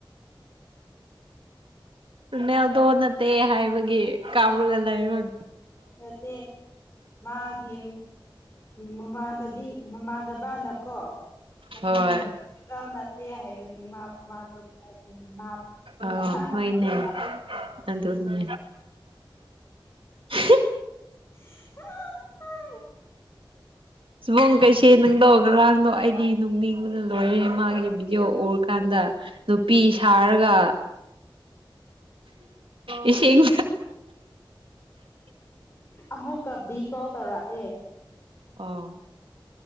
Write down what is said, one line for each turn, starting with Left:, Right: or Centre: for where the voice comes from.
Right: ꯄꯨꯨꯅꯦꯜꯗꯣ ꯅꯠꯇꯦ ꯍꯥꯏꯕꯒꯤ ꯀꯥꯞꯔꯒ ꯂꯥꯏꯑꯣꯡ
Left: ꯅꯠꯇꯦ ꯃꯥꯒꯤ ꯃꯃꯥꯟꯅꯕꯤ ꯃꯃꯥꯟꯅꯕꯅꯀꯣ ꯃꯉꯣꯟꯗ
Right: ꯍꯣꯏ
Left: ꯄꯨꯄꯒ ꯅꯠꯇꯦ ꯍꯥꯏꯕꯒꯤ ꯃꯥ ꯃꯥꯗꯣ ꯃꯥ
Right: ꯑ
Left: ꯃꯁꯥꯅ
Right: ꯍꯣꯏꯅꯦ
Left: ꯄꯣꯔꯇꯨꯒꯜ
Right: ꯑꯗꯣꯅ <unintelligible>
Left: <unintelligible>
Right: ꯁꯤꯨꯕꯣꯡ ꯀꯩꯁꯦ ꯅꯪꯗꯧ ꯉꯥꯔꯥꯡꯗꯣ ꯑꯩꯗꯤ ꯅꯣꯛꯅꯤꯡꯕꯅ ꯂꯣꯏꯔꯦ ꯃꯥꯒꯤ ꯕꯤꯗꯦꯑꯣ ꯎꯔꯀꯥꯟꯗ ꯅꯨꯄꯤ ꯁꯥꯔꯒ ꯏꯁꯤꯡ
Left: ꯑꯃꯨꯛꯀ ꯕꯤ ꯀꯣꯜ ꯇꯧꯔꯛꯑꯦ
Right: ꯑꯣ